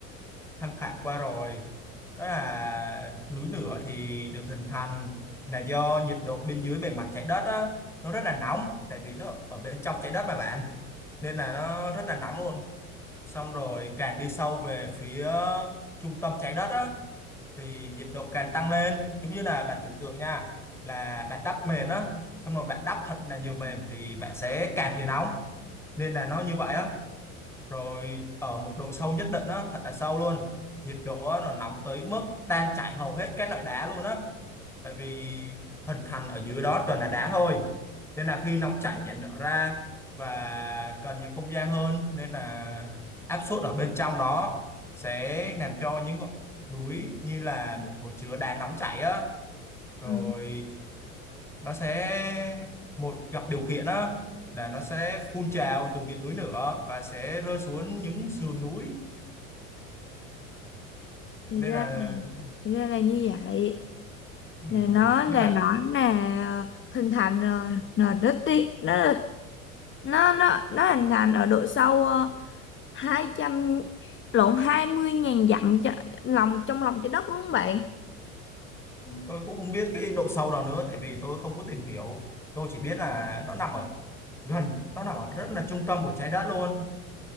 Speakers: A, in the centre; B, on the left.
A: tham khảo qua rồi. Đó là núi lửa thì được hình thành là do nhiệt độ bên dưới bề mặt trái đất á nó rất là nóng tại vì nó ở bên trong trái đất mà bạn. Nên là nó rất là nóng luôn. Xong rồi càng đi sâu về phía trung tâm trái đất á thì nhiệt độ càng tăng lên giống như là bạn tưởng tượng nha là bạn đắp mền á xong rồi bạn đắp thật là nhiều mền thì bạn sẽ càng thấy nóng nên là nó như vậy á rồi ở một độ sâu nhất định á thật là sâu luôn nhiệt độ á, nó nóng tới mức tan chảy hầu hết các loại đá luôn á tại vì hình thành ở dưới đó toàn là đá thôi nên là khi nóng chảy dạn nở ra và cần nhiều không gian hơn nên là áp suất ở bên trong đó sẽ làm cho những ngọn núi như là một hồ chứa đá nóng chảy á rồi
B: Ừ.
A: nó sẽ một gặp điều kiện á là nó sẽ phun trào từ miệng núi lửa và sẽ rơi xuống những sườn núi
B: Thì
A: nên
B: ra
A: là
B: thì ra là như vậy.
A: ừ.
B: Là nó là
A: nhưng mà
B: nó là hình thành ờ, là đất đi nó là- nó nó nó hình thành ở độ sâu ờ, 200 lộn hai mươi ngàn dặm cho, lòng trong lòng trái đất đúng không bạn?
A: tôi cũng không biết cái độ sâu đó nữa tại vì tôi không có tìm hiểu tôi chỉ biết là nó nằm ở gần nó nằm ở rất là trung tâm của trái đất luôn